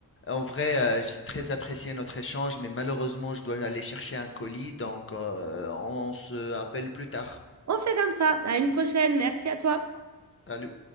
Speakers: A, on the left; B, on the right.
A: en vrai euh, j'ai très apprécié notre échange, mais malheureusement, je dois aller chercher un colis, donc euh, on on se appelle plus tard.
B: On fait comme ça. À une prochaine. Merci à toi.
A: Salut.